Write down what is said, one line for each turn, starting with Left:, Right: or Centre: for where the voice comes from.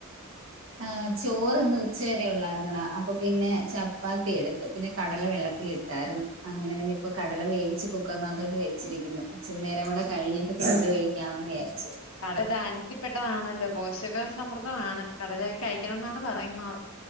Right: ആഹ് ചോറിന്ന് ഉച്ച വരെ ഉള്ളായിരുന്നടാ അപ്പൊ പിന്നെ ചപ്പാത്തി എടുത്ത് പിന്നെ കടല വെള്ളത്തിട്ടു ണ്ടാരുന്നു അങ്ങനെ പിന്നെ ഇപ്പൊ കടല വേവിച്ച് കുക്കറിനകത്തോട്ട് വെച്ചിരിക്കുന്നു ഇച്ചിരി നേരം കൂടെ കഴിഞ്ഞിട്ട് ഫുഡ് കഴി ക്കാന്ന് വിചാരിച്ചു
Left: കടല ദാന്യത്തിപ്പെട്ടതാണല്ലോ പോഷക സമ്രദ്ധമാണ് കടലയൊക്കെ കഴിക്കണം എന്നാണ് പറയുന്നത്